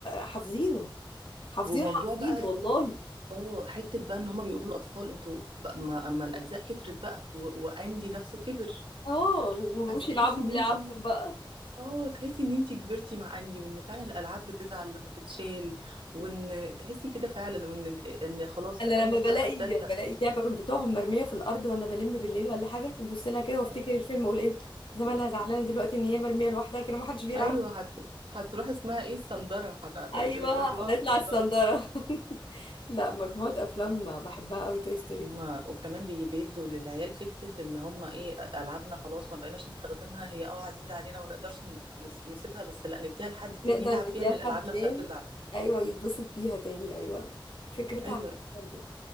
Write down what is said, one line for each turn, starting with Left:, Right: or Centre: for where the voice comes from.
Left: حافظينه حافظينه
Right: وموضوع
Left: حافظينه
Right: بقى
Left: والله
Right: اه حتة بقى ان هما بيقولوا للاطفال انتوا بقى ما اما الاجزاء كترت بقى و... واندي نفسه كبر
Left: اه ومبقوش
Right: بس تحسي
Left: يلعبوا
Right: ان
Left: بلعبهم
Right: انتي
Left: بقى
Right: اه تحسي ان انتي كبرتي مع اندي وان فعلا الالعاب بتزعل لما تتشال وان تحسي كده فعلا وان ان خلاص
Left: انا
Right: اندي
Left: لما بلاقي
Right: بقى اتدلق
Left: بلاقي لعبه من بتوعهم مرميه في الارض وانا بلم بالليل ولا حاجه ببص لها كده وافتكر
Right: آه.
Left: الفيلم واقول ايه زمانها
Right: <laughs>
Left: زعلانه دلوقتي ان هي مرميه لوحدها كده ما حدش بيلعب
Right: ايوه هت... هتروح اسمها ايه الصندره هت...
Left: ايوه
Right: تطلعوا
Left: نطلع
Right: الصندره
Left: الصنداره <laughs> لا مجموعه افلام بحبها قوي توي ستوري
Right: هما
Left: دي
Right: وكمان بي- بيدوا للعيال فكره ان هما ايه العابنا خلاص ما بقيناش نستخدمها هي اه عزيزه علينا وما نقدرش نس... نسيبها بس لا نديها لحد تاني
Left: نقدر
Right: يلعب
Left: نديها
Right: بيها لان
Left: لحد
Right: الالعاب نفسها
Left: تاني
Right: بتزعل
Left: ايوه يتبسط بيها تاني ايوه فكرتها
Right: ايوه
Left: حلوة برضه